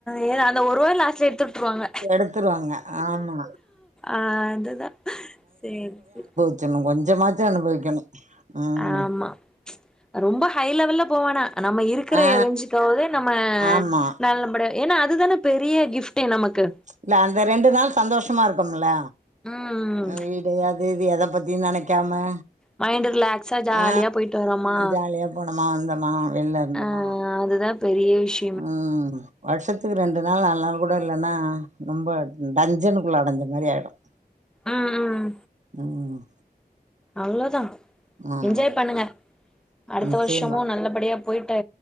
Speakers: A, in the centre; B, on the right.
A: ஏன்னா அந்த ஒரு வாய் லாஸ்ட்ல எடுத்து வுட்ருவாங்க
B: எடுத்துருவாங்க ஆமா
A: ஆ அதுதா சேரி சே
B: ச்சு இன்னு கொஞ்சமாச்சு அனுபவிக்கணு ம்
A: ஆமா ரொம்ப ஹை லெவல்ல போவேனா நம்ம இருக்குற
B: ஆ
A: ரேஞ்சுக்காவது நம்ம
B: ஆமா
A: நல்லபடியா ஏன்னா அதுதான பெரிய கிஃப்ட்டே நமக்கு
B: இல்ல அந்த ரெண்டு நாள் சந்தோஷமா இருக்கும்ல
A: ம்
B: ஆ வீட் அது இது எத பத்தியு நெனைக்காம
A: மைண்டு ரிலாக்ஸா ஜாலியா
B: ஆ
A: போயிட்டு வரோமா
B: ஜாலியா போனோமா வந்தோமா வெளில இருந்தோமா
A: ஆ அதுதா பெரிய விஷ்
B: ம் வருஷத்துக்கு ரெண்டு நாள் நாலு நாள் கூட இல்லன்னா ரொம்ப டஞ்சனுக்குள்ள அடஞ்ச மாரி ஆயிடும்
A: ம் ம்
B: ம்
A: அவ்ளோதா
B: ஆமா
A: என்ஜாய் பண்ணுங்க அடுத்த
B: நிச்சயமா
A: வருஷமும் நல்லபடியா போயிட்டு